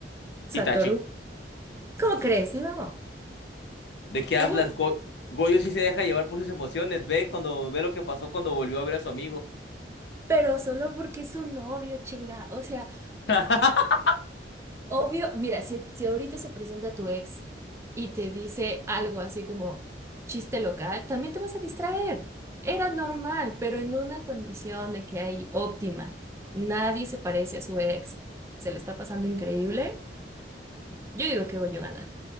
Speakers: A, on the right; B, on the left.
A: Satoru.
B: Itachi,
A: ¿Cómo crees? No.
B: ¿de qué
A: ¿Por?
B: hablas, Go- Goyo sí se deja llevar por sus emociones. Ve cuando ve lo que pasó cuando volvió a ver a su amigo.
A: Pero solo porque es un novio, chinga. O sea,
B: <laughs>
A: Obvio, mira, si, si ahorita se presenta tu ex y te dice algo así como chiste local, también te vas a distraer. Era normal, pero en una condición de que hay óptima. Nadie se parece a su ex. Se le está pasando increíble. Yo digo que Goyo gana,